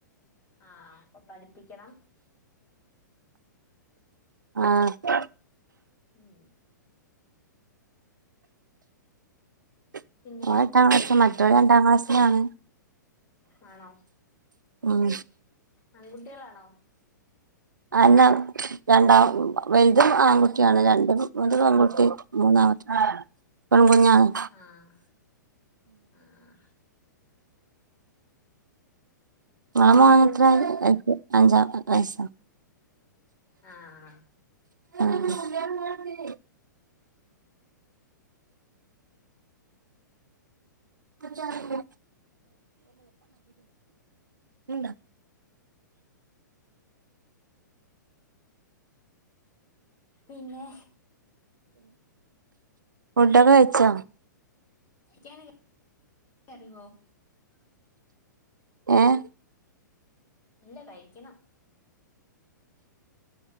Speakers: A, on the left; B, on the right.
A: ആഹ് അപ്പൊ പഠിപ്പിക്കണം
B: ആഹ്
A: ഉം
B: <unintelligible>
A: പിന്നെ
B: <unintelligible> രണ്ടാം ക്ലാസ്സിലാണ്
A: ആണോ
B: ഉം
A: ആൺകുട്ടികളാണോ
B: ആഹ് എന്നാ രണ്ടാം വ ഇതും ആൺകുട്ടിയാണ് രണ്ടും ഒരു പെൺകുട്ടി മൂന്നാമത്തെ പെൺകുഞ്ഞാണ്
A: ആഹ് ആഹ്
B: ആഹ് മോനത്രെ അഞ്ചാം വയസ്
A: ആഹ് ആഹാ
B: ആഹ് <inaudible> <unintelligible> ഉണ്ട
A: പിന്നെ
B: ഫുഡൊക്കെ കഴിച്ചാ
A: <unintelligible> അറിവോ
B: ഏയ്
A: ഇല്ല കഴിക്കണം